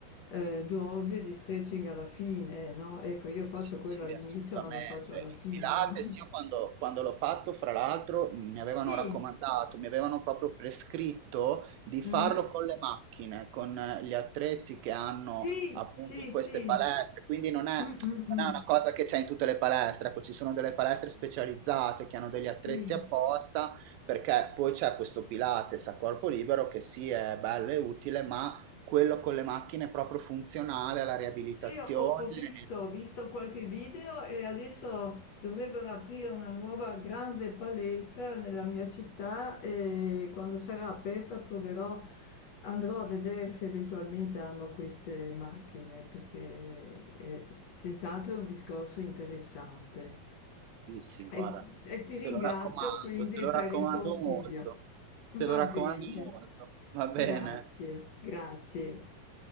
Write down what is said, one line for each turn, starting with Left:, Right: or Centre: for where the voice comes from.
Left: Ehm, dose di stretching alla fine, no, ecco io faccio
Right: Sì,
Left: quello
Right: sì,
Left: all'inizio,
Right: assolutamente.
Left: ma lo faccio alla fine,
Right: Il Pilates,
Left: no.
Right: io quando, quando l'ho fatto, fra l'altro, mh, mi avevano
Left: Sì,
Right: raccomandato, mi avevano proprio prescritto di farlo
Left: mh?
Right: con le macchine, con eh, gli attrezzi che hanno
Left: Sì,
Right: appunto
Left: sì,
Right: in queste
Left: sì.
Right: palestre. Quindi non è,
Left: Mh, mh, mh.
Right: non è una cosa che c'è in tutte le palestre. Ecco, ci sono delle palestre specializzate che hanno degli
Left: Sì.
Right: attrezzi apposta, perché poi c'è questo Pilates a corpo libero che sì, è bello e utile, ma quello con le macchine è proprio funzionale alla riabilitazione.
Left: Sì, ho, ho visto,
Right: E
Left: ho visto qualche video e adesso dovrebbero aprire una nuova grande palestra nella mia città e quando sarà aperta proverò, andrò a vedere se eventualmente hanno queste macchine perché è s- senz'altro è un discorso interessante.
Right: Sì, sì, guarda,
Left: E, e ti ringrazio
Right: te lo raccomando,
Left: quindi
Right: te lo
Left: per
Right: raccomando
Left: il consiglio.
Right: molto,
Left: Va
Right: te lo raccomando
Left: bene,
Right: molto, va bene.
Left: grazie, grazie.